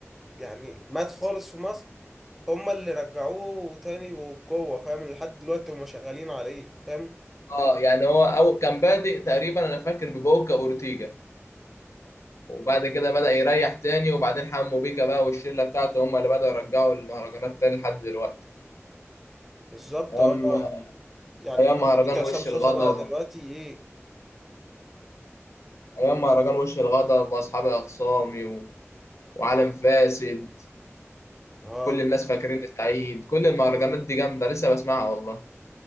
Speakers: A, in the centre; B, on the left (about 75°).
A: يعني مات خالص في مصر هما اللي رجعوه تاني وبقوة فاهم لحد دلوقتي هما شغالين عليه فاهم
B: اه يعني هو أو كان بادئ تقريبا انا فاكر ببوكا اورتيجا وبعد كده بدأ يريح تاني وبعدين حمو بيكا بقى والشله بتاعته هم اللي بدأوا يرجعوا المهرجانات تاني لحد دلوقتي
A: بالظبط
B: ايام
A: اه يعني
B: ايام
A: كمان
B: مهرجان
A: دلوقتي عصام
B: وش
A: صوصة
B: الغضب
A: بقى دلوقتي ايه
B: ايام مهرجان وش الغضب واصحابي اخصامي و... وعالم فاسد
A: اه
B: كل الناس فاكريني سعيد كل المهرجانات دي جامده لسه بسمعها والله